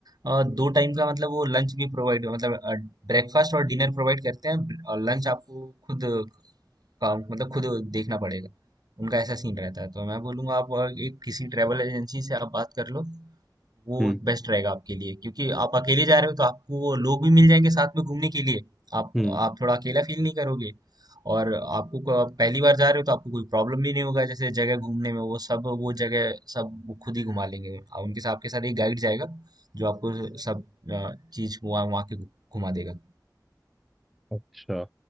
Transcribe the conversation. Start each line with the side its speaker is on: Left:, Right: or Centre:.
Right: अ, दो टाइम का मतलब वो लंच भी प्रोवाइड मतलब ब्रेकफास्ट और डिनर प्रोवाइड करते हैं और लंच आपको खुद काम मतलब खुद देखना पड़ेगा उनका ऐसा सीन रहता है तो मैं बोलूँगा आप और एक किसी ट्रैवल एजेंसी से आप बात कर लो वो
Centre: हम्म
Right: बेस्ट रहेगा आपके लिए क्योंकि आप अकेले जा रहे हो तो आपको वो लोग भी मिल जाएंगे साथ में घूमने के लिए आप
Centre: हम्म
Right: आप थोड़ा अकेला फील नहीं करोगे और आपको को- आप पहली बार जा रहे हो तो आपको कोई प्रॉब्लम भी नहीं होगा जैसे जगह घूमने में वो सब वो जगह सब वो खुद ही घुमा लेंगे आप उनके साथ आपके साथ एक गाइड जाएगा जो आपको सब अ, चीज़ वहाँ वहाँ के घुमा देगा
Centre: अच्छा